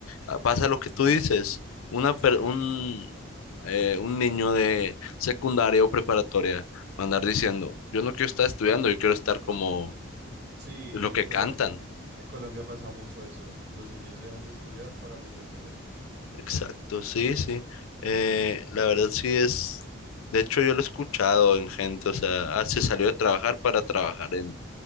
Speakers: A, on the left (about 80°); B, on the right (about 50°).
A: ah, pasa lo que tú dices, una per- un, eh, un niño de secundaria o preparatoria va a andar diciendo, yo no quiero estar estudiando, yo quiero estar como
B: Sí,
A: lo
B: en
A: que
B: Colombia,
A: cantan.
B: en Colombia pasa mucho eso. Los niños dejan de estudiar para meterse en eso.
A: Exacto, sí, sí. Eh, la verdad sí es, de hecho yo lo he escuchado en gente, o sea, ah, se salió de trabajar para trabajar en,